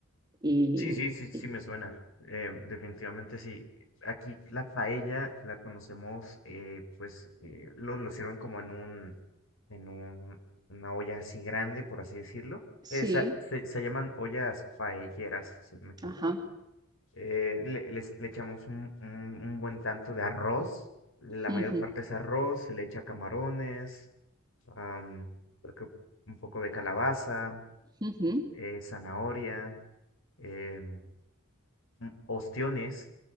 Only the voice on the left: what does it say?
Sí, sí, sí, sí
me suena. Em, definitivamente sí. Aquí la paella la conocemos, eh, pues eh, lo, lo sirven como en un, en un, una olla así grande, por así decirlo.
Eh, sa- se, se llaman ollas paelleras, si no me equivoco.
Eh, le, les- le echamos un, un- un buen tanto de arroz. La
mayor parte es arroz, se le echa camarones, am, creo que un poco de calabaza,
eh, zanahoria. em, mm, ostiones,